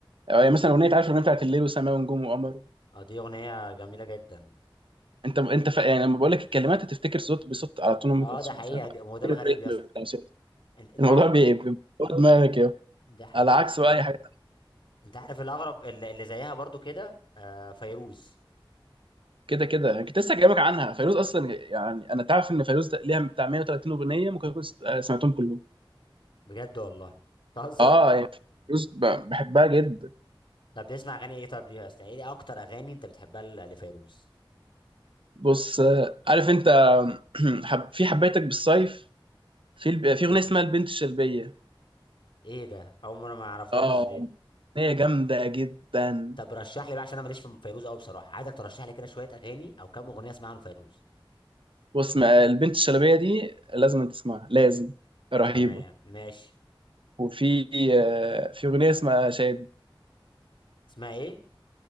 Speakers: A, on the right; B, on the left.
A: يعني مثلا اغنيه عارف الاغنيه بتاعت الليل وسماء ونجوم وقمر
B: اه دي اغنيه جميله جدا
A: انت انت ف... يعني لما بقول لك الكلمات هتفتكر صوت بصوت على طول ام
B: اه
A: كلثوم
B: ده حقيقه
A: فاهم
B: ده- هو ده
A: كده
B: الغريب
A: الريتم
B: يا اسطى
A: بتاع صوت.
B: انت انت
A: الموضوع
B: عارف
A: بي- بيبقى دماغك يا
B: ده حقيقي
A: على
B: انت
A: عكس بقى اي حاجه
B: انت عارف الاغرب اللي اللي زيها برضو كده آه فيروز
A: كده كده يعني كنت لسه جايبك عنها فيروز اصلا يعني انا تعرف ان فيروز ده ليها بتاع 130 اغنيه ممكن اكون س- آه، سمعتهم كلهم
B: بجد والله تهزر
A: اه يعني فيروز ب- بحبها جدا
B: طب بتسمع اغاني ايه طب ليها اصلا ايه اكتر اغاني انت بتحبها ل- لفيروز
A: بص آه، عارف انت <clears throat> حب... في حبيتك بالصيف في الب... في اغنيه
B: طب
A: اسمها البنت الشلبيه
B: ايه ده اول مره ما اعرفهاش
A: اه
B: دي
A: هي جامدة جدا
B: طب رشح لي بقى عشان انا ماليش في فيروز قوي بصراحه عايزك ترشح لي كده شويه اغاني او كام اغنيه اسمعها لفيروز
A: بص ما البنت الشلبية دي لازم تسمعها لازم رهيبة
B: تمام ماشي
A: وفي آه، في أغنية اسمها شادي
B: اسمها ايه